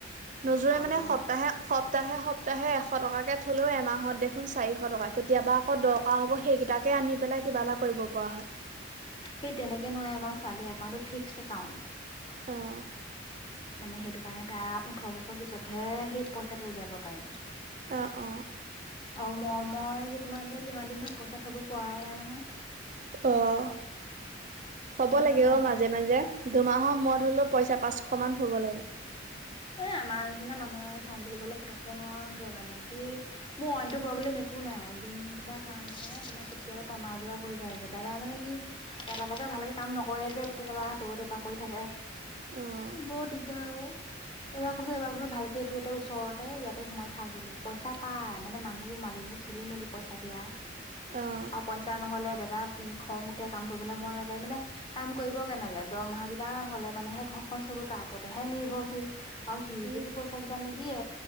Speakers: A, on the right; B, on the left.
A: নোজোৰে
B: আৰু
A: মানে সপ্তাহে সপ্তাহে সপ্তাহে এশ টকাকে থলোঁ এমাহত দেখোন চাৰিশ টকা কেতিয়াবা কেতিয়াবা দৰকাৰ হ'ব, সেইকেইটাকে আনি পেলাই কিবা এটা কৰিব পৰা হয়।
B: সেই তেনেকে নো এই, আমাৰ ছোৱালীৰ একাউণ্টৰ ফিক্স একাউণ্ট।
A: অঁ,।
B: মানে সেইটো কাৰণে তাইৰ ওঠৰ বছৰ পিছতহে সেই পইচাটো উলিয়াব পাৰিম।
A: অঁ অঁ।
B: অ, ম মই যে তোমাৰ কিমান দিন হ'ল পইচা থব পৰাই নাই নহয়।
A: অঁ হব
B: সেইটো
A: লাগে
B: কাৰণে
A: অঁ
B: আকৌ
A: মাজে মাজে। দুমাহৰ মোৰত হ'লেও পইচা পাঁচশ মান থ'ব লাগে।
B: এ আমাৰ নিচিনা মানুহে থম বুলি ক'লে পতককে নোৱাৰোগে মানে, কি? মোৰ অইনটো প্ৰব্লেম একো নাই লোন কেইটাৰ কাৰণেহে মানে তোমাৰ কেতিয়াবা টনা আজোৰা হৈ যায়গে। দাদা মানে কি এটা এটা ভালকে কাম নকৰে যে কেতিয়াবা ইয়াত এটা তাত এটা কৰি থাকে।
A: অ'
B: বৰ দিগদাৰ অ। এবাৰ কৈছোঁ এবাৰ ভালকে এইটো ইয়াতে ওচৰতে ইয়াতে সোমাই থাক বোলো। পইচা পাই, মানে মানুহবোৰ মালিকবোৰ খেলি মেলি পইচা দিয়া আৰু
A: অ'
B: পইচা নহ'লে দাদাত খং উঠে কাম কৰিবলৈ মন নাযায় মানে কাম কৰিব কেনেকে, দৰমহা কিটা হ'লে মানেহে ঘৰখন চলো তাৰ ওপৰতহে নিৰ্ভৰশীল। আৰু সিওঁ
A: উম,
B: যদি পইচা কিটা নিদিয়ে